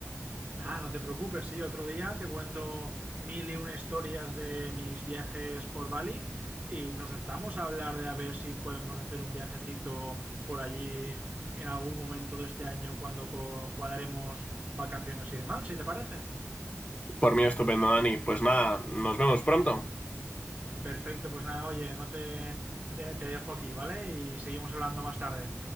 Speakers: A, on the right; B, on the left.
A: Nada, no te preocupes, sí, otro día te cuento mil y una historias de mis viajes por Bali y nos sentamos a hablar de a ver si podemos hacer un viajecito por allí en algún momento de este año cuando co- cuadremos vacaciones y demás, si te parece.
B: Por mí estupendo, Dani. Pues nada, nos vemos pronto.
A: Perfecto, pues nada, oye, no te, te dejo aquí, ¿vale? Y seguimos hablando más tarde.